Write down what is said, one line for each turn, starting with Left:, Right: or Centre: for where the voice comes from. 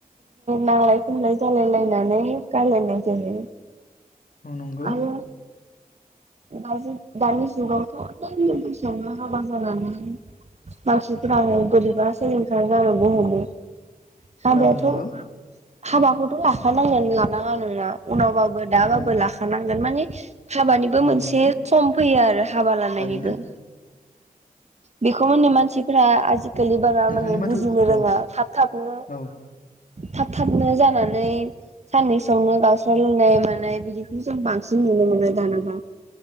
Right: नांलाय खमलाय जालायलायनानै गारलायनाय जायो।
Left: औ नंगौ।
Right: आरो दाजि दानि जुगावथ' उन्दै बैसोआवनो हाबा जानानै मानसिफोरानो बोरैबा सिलिंखार जालांनो हमो हाबायाथ'
Left: औ नंगौ
Right: हाबाखौथ' लाखानांगोन लानाङा नोंना उनाव बाब दा बाबो
Left: औ
Right: लाखा बुंगोन मानि हाबानिबो
Left: औ
Right: मोनसे
Left: नंगौ
Right: सम फैयो आरो हाबा लानायनिबो।
Left: थारैनो
Right: बेखौ मोननो मानसिफ्रा आजि खालि बारा
Left: नोंथांनि
Right: माने
Left: माथो
Right: बुजिनो रोङा
Left: औ
Right: थाब थाबनो।
Left: औ
Right: थाब थाबनो जानानै साननैसोआवनो गावस्रा लायनाय मा नाय बिदिखौ जों बांसिन नुनो मोनो दानाबा।